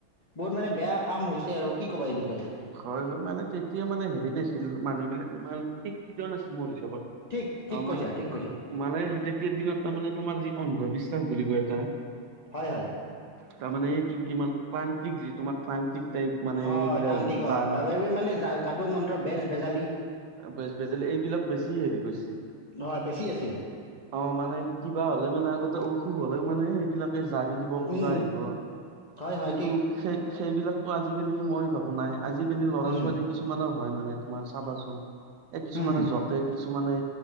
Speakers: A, on the left; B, on the right.
A: বহুত মানে বেয়া। কাম হৈছে আৰু কি ক'বা এই বিষয়ে
B: হয় হয় মানে তেতিয়া মানে হেৰি নাছিল মানুহবিলাক ইমান। শিক্ষিত নাছিল মোৰ হিচাপত।
A: ঠিক ঠিক
B: অহ
A: কৈছা
B: মানে
A: ঠিক কৈছা
B: মানে তেতিয়া দিনত তাৰমানে তোমাৰ যি অন্ধবিশ্বাস বুলি কয় এটা।
A: হয় হয়।
B: তাৰমানে এইটো কিমান প্ৰান্তিক যি তোমাৰ প্ৰান্তিক। তেই মানে
A: হয়
B: এই গিলাক
A: তান্ত্ৰিক অ
B: জাৰা।
A: মানে যাদু মন্ত্ৰ বেজ বেজালি
B: বেজ বেজাল এইবিলাক বেছি হেৰি কৰিছে।
A: হয় বেছি আছিলে।
B: অহ মানুহে কিবা হলে মানে। আগতে অসুখ হ'লেও মানে সেইবিলাকে জাৰি দিব ওজা
A: উম
B: আহিব
A: হয় হয়
B: কিন্তু
A: ঠিক
B: সেই সেইবিলাক ত আজিকালি মই ভাবো নাই আজিকালি ল'ৰা
A: উম
B: ছোৱালী কিছুমানৰ হয় মানে তোমাৰ চাবাচোন এ কিছুমানে
A: হুম হুম
B: জকে কিছুমানে